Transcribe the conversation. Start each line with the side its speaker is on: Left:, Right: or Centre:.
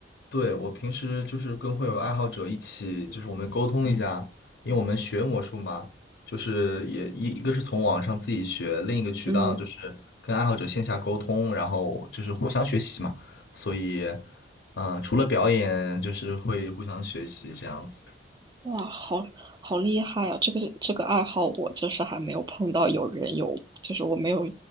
Left: 对，我平时就是跟会有爱好者一起，就是我们沟通一下，因为我们学魔术嘛，就是也一一个是从网上自己学，另一个渠道就是跟爱好者线下沟通，
Right: 嗯，
Left: 然后就是互相学习嘛。所以，嗯、除了表演，就是会互相学习这样子。
Right: 哇，好好厉害啊！这个这个爱好我就是还没有碰到有人有，就是我没有